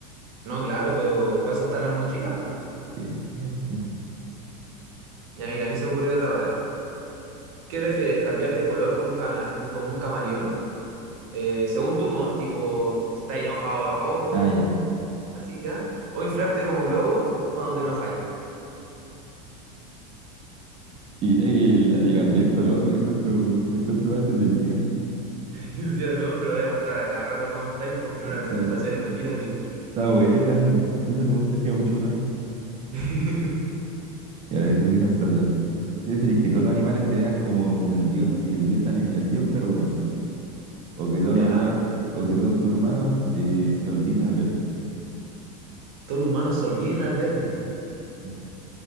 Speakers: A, on the right; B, on the right.
A: No, claro, pero para eso están las mochilas, pues.
B: sí, eh, sí.
A: Ya, mira, a mí se me ocurrió otra hora. ¿Qué prefieres? ¿Cambiar de color como un, cama- como un camaleón? Eh, según tu humor, tipo, si estás enojado, rojo,
B: Ah, ya.
A: así ya. O inflarte como globo cuando te enojáis.
B: Y mira que la de cambiar color la encuentro, la encuentro más entretenida.
A: <laughs> ¿Sí o no? Pero voy a mostrar a cada rato cómo estáis pues, en una
B: Está,
A: presentación, imagínate.
B: está buena, ¿no? Esa me gustaría mucho más.
A: <laughs>
B: Y a ver, déjame hacer otra. ¿Quieres feliz que todos los animales te vean como el dios así, el dios animal, el dios perruna así? O que todos
A: Ya,
B: los humanos, o que todos tus humanos eh, se olviden al verte.
A: todos los humanos se olviden al verme.
B: Sí,